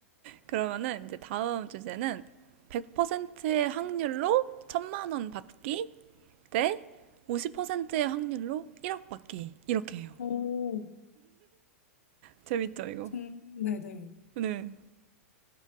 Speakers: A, on the right; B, on the left.
A: 그러면은 이제 다음 주제는 100%의 확률로 천만 원 받기 대 50%의 확률로 1억 받기. 이렇게 해요.
B: 오,
A: 재밌죠, 이거?
B: 군, 네네.
A: 네.